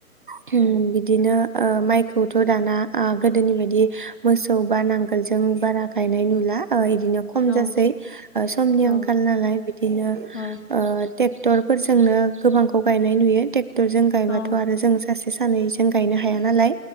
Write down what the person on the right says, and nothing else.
<unintelligible> बिदिनो ओ माइखौथ दाना ओ गोदोनि बायदि मोसौ बा नांगोलजों बारा गायनाय नुला ओ बिदिनो खम
जासै समनि
आंखाल नालाय बिदिनो
ओ टेक्टरफोरजोंनो गोबां खौ गायनाय नुयो टेक थजों गायबाथ
आरो जों सासे सानैजों गायनो हाया नालाय